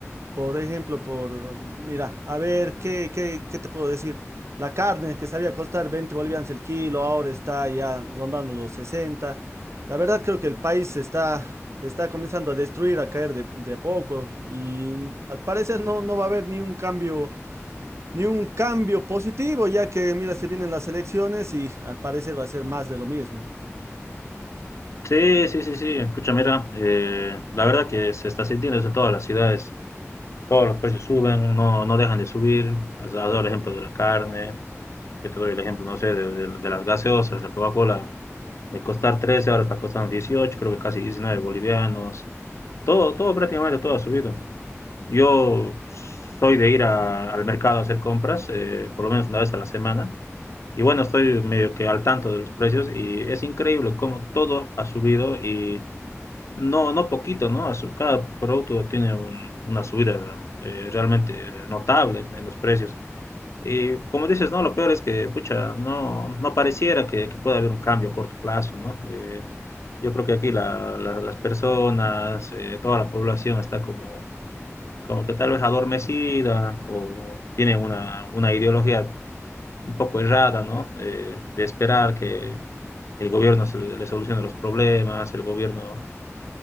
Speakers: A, on the right; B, on the left.
A: Por ejemplo, por, mira, a ver, ¿qué, qué, qué te puedo decir? La carne que sabía costar 20 bolivianos el kilo, ahora está ya rondando los 60. La verdad creo que el país se está, se está comenzando a destruir, a caer de, de a poco y al parecer no, no va a haber ni un cambio, ni un cambio positivo, ya que, mira, se vienen las elecciones y al parecer va a ser más de lo mismo.
B: Sí, sí, sí, sí. Pucha, mira, eh, la verdad que se está sintiendo eso en todas las ciudades. Todos los precios suben, no, no dejan de subir. Has has dado el ejemplo de la carne, yo te doy el ejemplo, no sé, de, de- de las gaseosas. La Coca-Cola de costar trece ahora está costando dieciocho creo que casi 19 bolivianos. Todo, todo, prácticamente todo ha subido. Yo soy de ir a- al mercado a hacer compras, eh, por lo menos una vez a la semana. Y bueno, estoy medio que al tanto de los precios y es increíble cómo todo ha subido y no, no poquito, ¿no? Ha su- Cada producto tiene un- una subida eh, realmente notable en los precios. Y como dices, ¿no? Lo peor es que, pucha, no, no pareciera que, que pueda haber un cambio a corto plazo, ¿no? Eh, yo creo que aquí la- la- las personas, eh, toda la población está como como que tal vez adormecida o tiene una, una ideología un poco errada, ¿no? Eh, de esperar que el gobierno se le, le solucione los problemas, el gobierno